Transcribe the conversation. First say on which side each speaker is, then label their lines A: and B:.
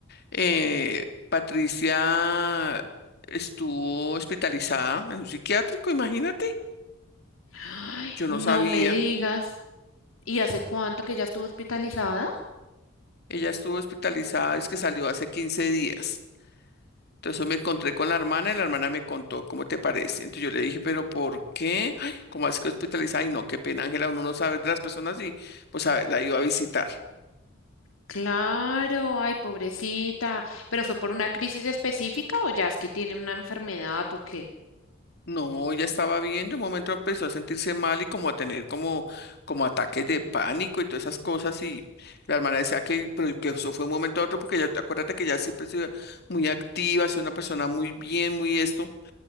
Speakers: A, on the left; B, on the left.
A: Eh, Patricia estuvo hospitalizada en un psiquiátrico, imagínate.
B: Ay,
A: Yo no
B: no
A: sabía.
B: me digas. ¿Y hace cuánto que ya estuvo hospitalizada?
A: Ella estuvo hospitalizada, es que salió hace quince días. Entonces me encontré con la hermana y la hermana me contó, ¿cómo te parece? Entonces yo le dije, ¿pero por qué? Ay, ¿cómo así que hospitalizada? Y no, qué pena, Ángela, uno no sabe de las personas y pues a ver, la iba a visitar.
B: Claro, ay, pobrecita. ¿Pero fue por una crisis específica o ya es que tiene una enfermedad o qué?
A: No, ya estaba bien, de un momento empezó a sentirse mal y como a tener como, como ataques de pánico y todas esas cosas y la hermana decía que, pero que eso fue un momento a otro porque ya, acuérdate que ya siempre se muy activa, es una persona muy bien, muy esto